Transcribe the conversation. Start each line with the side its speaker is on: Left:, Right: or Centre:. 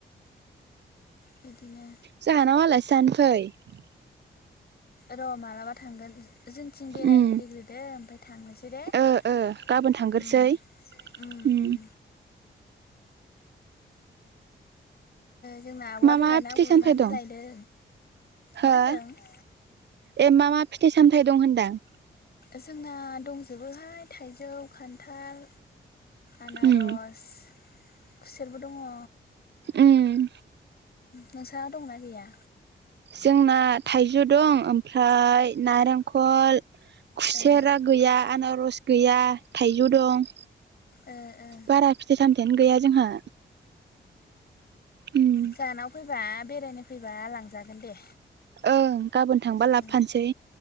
Left: बिदिनो।
Right: जोंहानाव आलासि जानो फै।
Left: र' मालाबा थांगोन जोंथिं बेरायनो
Right: उम
Left: फैग्रोदो ओमफ्राय थांनोसै दे ओम
Right: ओ ओ गाबोन थांगोरसै
Left: ओम
Right: उम
Left: ओम जोंना आब'आ
Right: मा
Left: दहाय
Right: मा
Left: ना
Right: फिथाइ
Left: गुरनानै
Right: सामथाइ दं
Left: लायदों।
Right: हो
Left: मा होनदों?
Right: ए मा मा फिथाइ सामथायाइ दं होनदां?
Left: जोंना दंजोबोहाय थाइजौ, खान्थाल आनारस,
Right: उम
Left: खुसेरबो दङ।
Right: उम
Left: नोंस्रा दंना गैया?
Right: जोंना थाइजौ दं ओमफ्राय नारेंखल खुसेरा
Left: ए
Right: गैया, आनारस गैया, थाइजौ दं।
Left: ओ ओ
Right: बारा फिथाइ-सामथाइयानो गैया जोंहा। उम
Left: जोंहानाव फैबा बेरायनो फैबा लांजागोन दे।
Right: ओं गाबोन थांबा लाबोफानोसै
Left: ओं